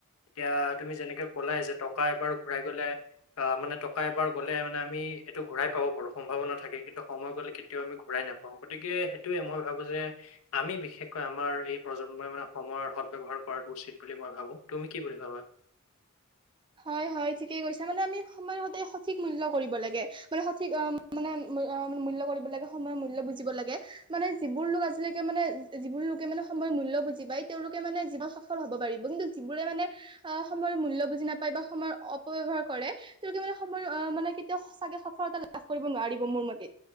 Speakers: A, on the left; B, on the right.
A: এতিয়া তুমি যেনেকে কলাই যে, টকা এবাৰ ঘূৰাই গলে, মানে টকা এবাৰ গলে মানে আমি, এইটো ঘূৰাই পাব পাৰো, সম্ভাৱনা থাকে। কিন্তু সময় গলে কেতিয়াও আমি ঘূৰাই নাপাওঁ। গতিকে সেইটোয়ে, মই ভাবো যে আমি বিশেষকৈ, আমাৰ এই প্ৰজন্মই মানে সময়ৰ সদ ব্যয়ৱহাৰ কৰাটো উচিত বুলি মই ভাবো। তুমি কি বুলি ভাবা?। <inaudible>
B: হয়-হয়, ঠিকেই কৈছা, মানে আমি সময়ৰ সতে সঠিক মূল্য় কৰিব লাগে, মানে সঠিক অ', মানে অ', মানে মূল্য কৰিব লাগে, সময়ৰ মূল্য় বুজিব লাগে। মানে যিবোৰ লোক আজিলৈকে মানে, যিবোৰ লোকে মানে সময়ৰ মূল্য বুজি পাই, তেওঁলোকে মানে জীৱন সফল হব পাৰি। কিন্তু যিবোৰে মানে অ', সময় মূল্য় বুজি নাপ য়, বা সময়ৰ অপ'বিবহাৰ কৰে, তেওঁলোকে মান সময়, মানে কেতিয়াও চাগে সলতা লাভ কৰিব নোৱাৰিব মোৰ <inaudible>